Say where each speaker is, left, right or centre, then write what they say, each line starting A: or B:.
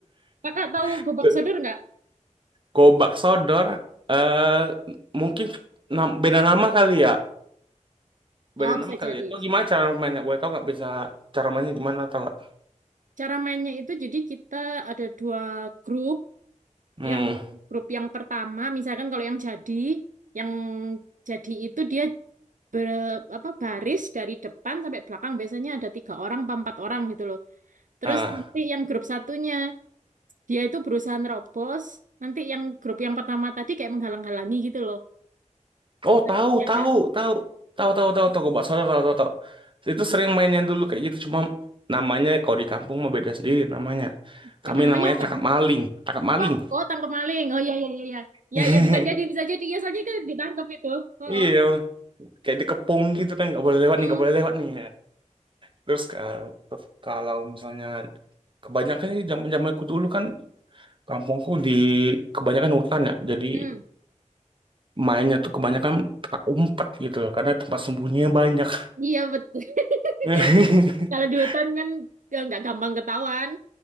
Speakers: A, on the right; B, on the right.
A: Kakak tahu
B: <laughs>
A: gobak sodor nggak?
B: Gobak Sodor eh mungkin nam- beda nama kali ya. Beda
A: Oh, bisa
B: nama kali
A: jadi,
B: ya. Itu
A: bisa
B: gimana
A: jadi.
B: cara mainnya? Boleh tahu nggak bisa cara mainnya gimana tahu nggak?
A: Cara mainnya itu jadi kita ada dua grup.
B: Hmm.
A: Yang grup yang pertama, misalkan kalau yang jadi, yang jadi itu dia ber, apa baris dari depan sampai belakang biasanya ada tiga orang, apa empat orang gitu loh. Terus
B: Ah.
A: nanti yang grup satunya dia itu berusaha nerobos. Nanti yang grup yang pertama tadi kayak menghalang-halangi gitu loh.
B: Oh,
A: Bisa
B: tahu,
A: kebayang
B: tahu,
A: nggak?
B: tahu. Tahu, tahu, tahu, tahu Gobak Sodor, tahu, tahu, tahu. Itu
A: Hmm.
B: sering mainnya dulu kayak gitu cuma namanya kalau di kampung mah beda sendiri namanya.
A: Kamu
B: Kami
A: namanya
B: namanya
A: apa?
B: tangkap maling, tangkap maling.
A: Apa? Oh, tangkap maling. Oh iya iya iya iya.
B: <laughs>
A: Ya ya ya, bisa jadi bisa jadi ya soalnya kan ditangkap itu. Oh,
B: Iya,
A: oh.
B: kayak dikepung gitu kan nggak boleh lewat
A: Hmm.
B: nih, nggak boleh lewat nih. Terus ka- kalau misalnya kebanyakan ini zaman-zamanku dulu kan kampungku di kebanyakan hutan ya. Jadi
A: Hmm.
B: mainnya tuh kebanyakan petak umpet gitu loh, karena tempat sembunyinya banyak.
A: Iya betul.
B: <laughs>
A: <laughs> Kalau di hutan kan nggak nggak gampang ketahuan.